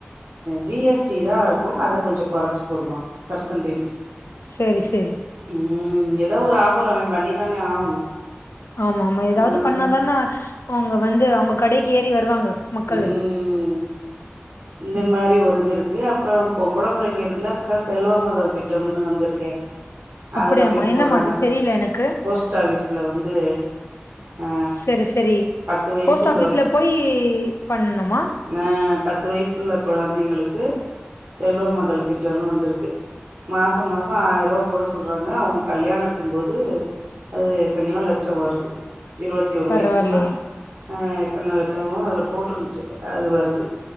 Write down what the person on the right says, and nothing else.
ஜி எஸ் டி தா இருக்கு அத கொஞ்சொ கொறச்சு போடுவாங்க பெர்சன்டேஜ்
ம் எதோ ஒரு ஆஃபர் அவன் பண்ணிதானே ஆகணு
அதனால
உம் இந்த
மாரி ஒரு இது இருக்கு அப் அப்றோ பொம்பள பிள்ளைங்க இருந்த இப்பதா செல்வ மகள் திட்டம்னு வந்துருக்கே
அதுல போய் போட்றாங்க
போஸ்ட் ஆஃபிஸ்ல வந்து அ
பத்து வயசு
உள்ளோகளுக்
நஹ் பத்து வயசுள்ள குழந்தைங்களுக்கு செல்வ மகள் திட்டன்னு வந்துருக்கு மாசோ மாச ஆய்ருவா போட சொல்றாங்க அவங்க கல்யாணத்தும் போது அது எத்தனையோ லெச்சோ வருது இருவத்தி ஒரு
வயசுக்குலா அ எத்தன லெச்சமோ அதுல போட்ருந்துச்சு அது வருது